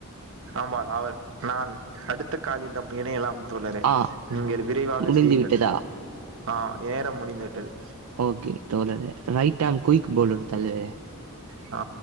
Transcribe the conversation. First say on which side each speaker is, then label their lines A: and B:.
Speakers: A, on the right; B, on the right.
A: ஆமால் அவர் நான் அடுத்த காலில் நாம் இணையலாம் தோழரே
B: ஆ
A: நீங்கள் விரைவாக
B: முடிந்து
A: செய்யுங்கள்
B: விட்டதா?
A: ஆ நேரம் முடிந்து விட்டது
B: ஓகே தோழரே ரைட் ஆம் குய்க் போலுரு தலைவரே
A: ஆ